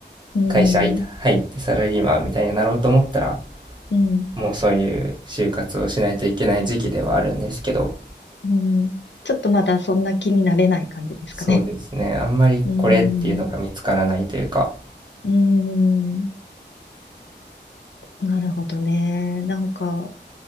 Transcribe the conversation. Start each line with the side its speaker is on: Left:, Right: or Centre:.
Left: うん、
Right: 会社入ってサラリーマンみたいになろうと思ったら、
Left: うん。
Right: もうそういう就活をしないといけない時期ではあるんですけど、
Left: うん、ちょっとまだそんな気になれない感じですかね。
Right: そうですね、あんまりこれっていうのが見つからないというか、
Left: うん、うん、なるほどね。なんか、